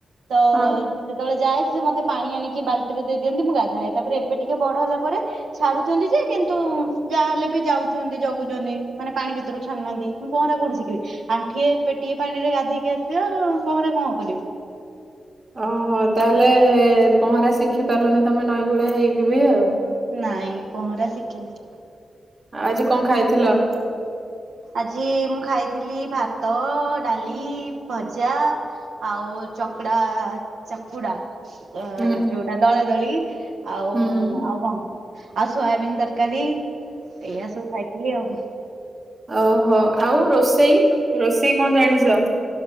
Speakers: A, on the right (about 80°); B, on the right (about 30°).
A: ତ
B: ହଁ।
A: ଯେତଳେ ଯାଏ ସେ ମତେ ପାଣି ଆଣିକି ବାଲ୍ଟି ରେ ଦେଇଦିଅନ୍ତି ମୁଁ ଗାଧାଏ, ତାପରେ ଏବେ ଟିକେ ବଡ ହେଲା ପରେ ଛାଡୁଛନ୍ତି ଯେ କିନ୍ତୁ ଯା ହେଲେ ବି ଯାଉଛନ୍ତି ଜଗୁଛନ୍ତି ମାନେ ପାଣି ଭିତରୁ ଛାଡୁନାହାନ୍ତି। ମୁଁ ପହଁରା କୋଉଠି ଶିଖିବି? ଆଣ୍ଠିଏ ପେଟିଏ ପାଣି ରେ ଗାଧେଇକି ଆସିବ ଆ ପହଁରା କଣ କରିବି?
B: ଓହୋଃ ତାହେଲେ ପହଁରା ଶିଖି ପାରିଲନି ତମେ, ନଈକୂଳିଆ ହେଇକି ବି ଆଉ।
A: ନାଇଁ ପହଁରା ଶିଖିନି।
B: ଆଜି କଣ ଖାଇଥିଲ?
A: ଆଜି ମୁଁ ଖାଇଥିଲି ଭାତ, ଡାଲି, ଭଜା ଆଉ ଚକଡ଼ା ଚକୁଡ଼ା। ଅ
B: ହୁଁ
A: ଯୋଉଟା ଦଳାଦଳି ଆଉ
B: ହୁଁ
A: ଆଉ କଣ ଆଉ ସୋୟାବିିନ ତରକାରୀ ଏଇଆ ସବୁ ଖାଇଥିଲି ଆଉ।
B: ଓହୋଃ। ଆଉ ରୋଷେଇ ରୋଷେଇ କଣ ଜାଣିଛ?